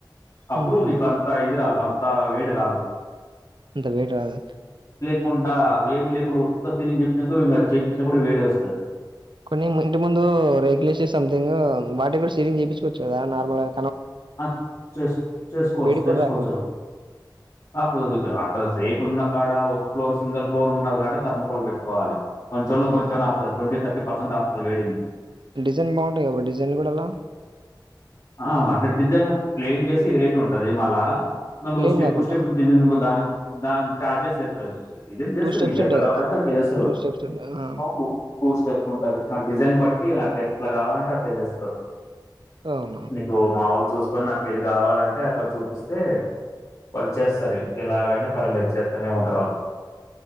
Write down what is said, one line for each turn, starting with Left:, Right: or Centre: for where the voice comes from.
Left: అప్పుడు
Right: హుహు.
Left: నీకు అంతా ఇది రాదు అంత వేడి రాదు
Right: అంత వేడి రాదా
Left: కుండా ఏమి లేకుండా ఉత్త సీలింగ్ జేపిచిరానుకో ఇంగా చేపించినా గూడ వేడే వస్తాది
Right: కొన్ని ఇంటి ముందు రేకులేసి సమ్‌థింగ్ వాటి గూడ సీలింగ్ జేపించూకోవచ్చు గదా నార్మల్ గా
Left: ఆ చేసుక్ చేసుకోవచ్చు
Right: వేడికి
Left: చేసుకోవచ్చు
Right: కూడా రాకుండా.
Left: అప్పుడు <unintelligible> ఇట్లా శేక్ కుల్లున్న కాడ ఒక ఫ్లోర్ సింగల్ ఫ్లోర్ ఉన్న కాడ థర్మకోల్ పెట్టుకోవాలే కొంచం లో
Right: హ్మ్.
Left: కొంచెం అన్న అపుతది ట్వెంటీ థర్టీ పర్సెంట్ అపుతది వేడిని
Right: డిజైన్ బాగుంటాయి బ్రో డిజైన్లు గూడ ఆళ్ల
Left: ఆ అంటే డిజైన్ ప్లేయిన్ జేస్తే ఈ రేటు ఉంటది మళ్లా నేను
Right: ప్లెయిన్
Left: స్టాపుల్
Right: కాకుండా
Left: స్టాపుల్ బిజినెస్ నంబర్ దానిము దాని ఛార్జెస్ ఇస్తారు, <unintelligible> డిజైన్ చేస్తారు.
Right: స్టెప్స్
Left: నీకు ఎట్లా
Right: ఉంటాయి
Left: కావాలంటే
Right: కదా!
Left: అట్లా చేస్తారు వాళ్లు
Right: స్టెప్స్ ఉంటాయి. ఆ!
Left: అవును టూ స్టెప్పులు ఉంటాయి <unintelligible> గట్స్ షాన్ డిజైన్ బట్టి అట్లా ఎట్లా కావాలంటే అట్లా జేస్తారు
Right: అవును.
Left: నీకు మావుల చూస్కొని నాకు ఏది కావాలంటే అక్కడ చూపిస్తే వాళ్లు చేస్తారు ఏ ఎలాగైనా పర్లేదు చేస్తానే ఉంటారు వాళ్లు